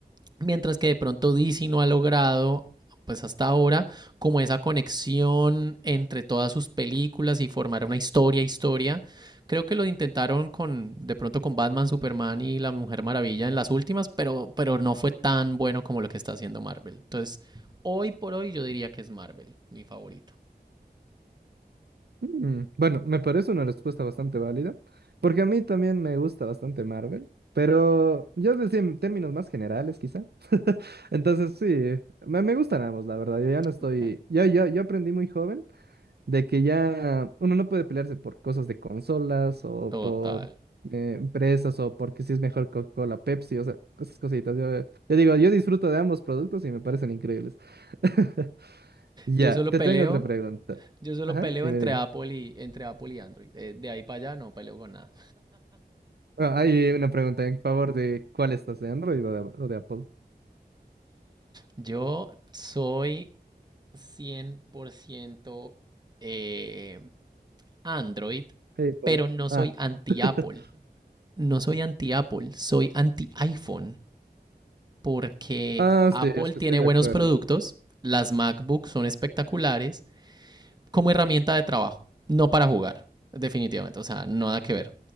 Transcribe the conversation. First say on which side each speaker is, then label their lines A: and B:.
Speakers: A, on the right; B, on the right.
A: Mientras que de pronto DC no ha logrado, pues hasta ahora, como esa conexión entre todas sus películas y formar una historia, historia. Creo que lo intentaron con, de pronto con Batman, Superman y La Mujer Maravilla en las últimas, pero, pero no fue tan bueno como lo que está haciendo Marvel. Entonces, hoy por hoy yo diría que es Marvel, mi favorito.
B: Mm, Bueno, me parece una respuesta bastante válida, porque a mí también me gusta bastante Marvel, pero yo decía en términos más generales quizá. Entonces sí, me, me gustan ambos, la verdad. Yo ya no estoy,
A: Ok.
B: yo yo yo aprendí muy joven de que ya uno no puede pelearse por cosas de consolas o
A: Total.
B: por eh, empresas o porque si es mejor Coca-Cola, Pepsi, o sea, esas cositas. Yo, yo digo, yo disfruto de ambos productos y me parecen increíbles. <laughs> Ya,
A: Yo solo
B: te
A: peleo,
B: tengo otra pregunta.
A: yo solo
B: Ajá,
A: peleo
B: dime,
A: entre
B: dime.
A: Apple y entre Apple y Android. Eh, De ahí para allá no peleo con nada.
B: Bueno, hay una pregunta en favor de cuál estás, de Android o de, o de Apple.
A: Yo soy 100% eh, Android,
B: Hey, Apple.
A: pero no
B: Ah.
A: soy anti-Apple.
B: <laughs>
A: No soy anti-Apple, soy anti-iPhone, porque
B: Ah,
A: Apple
B: sí, es que
A: tiene
B: estoy de
A: buenos
B: acuerdo.
A: productos, las MacBooks son espectaculares como herramienta de trabajo, no para jugar, definitivamente, o sea, nada que ver.